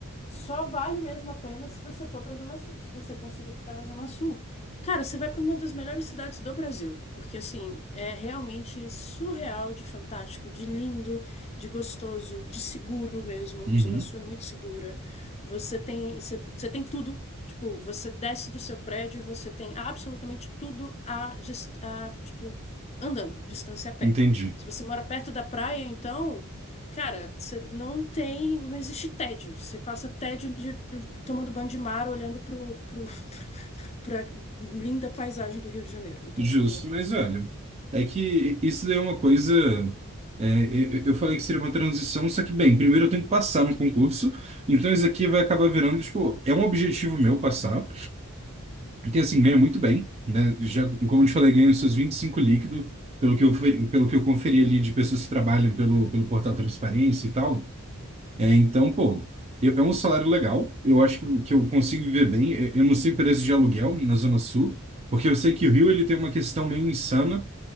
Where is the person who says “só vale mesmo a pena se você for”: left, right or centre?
Left